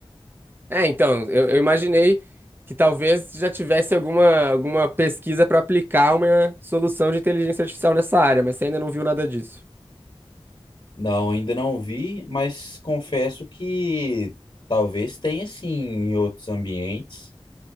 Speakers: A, on the right; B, on the left.
A: É, então, eu, eu imaginei que talvez já tivesse alguma, alguma pesquisa para aplicar uma solução de inteligência artificial nessa área, mas você ainda não viu nada disso.
B: Não, ainda não vi, mas confesso que talvez tenha sim em outros ambientes,